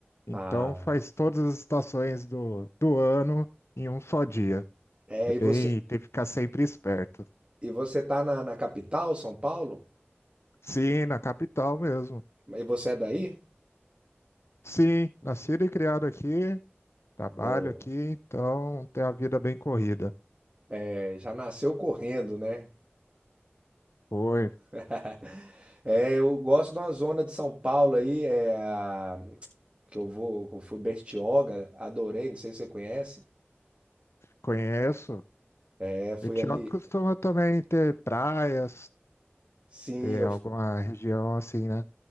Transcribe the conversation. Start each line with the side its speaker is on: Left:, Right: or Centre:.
Left: Então,
Right: Ah,
Left: faz todas as estações do, do ano em um só dia.
Right: é,
Left: É
Right: e
Left: bem,
Right: você
Left: tem que ficar sempre esperto.
Right: e você tá na, na capital, São Paulo?
Left: Sim, na capital mesmo.
Right: E você é daí?
Left: Sim, nascido e criado aqui, trabalho
Right: Ou...
Left: aqui, então tem a vida bem corrida.
Right: É, Já nasceu correndo, né?
Left: Foi,
Right: <laughs> É, eu gosto de uma zona de São Paulo aí, é, a- que eu vou, que eu fui Bertioga, adorei, não sei se você conhece.
Left: conheço.
Right: É, fui
Left: Etiópolis
Right: ali,
Left: costuma também ter praias,
Right: sim,
Left: ter
Right: eu,
Left: alguma região assim, né?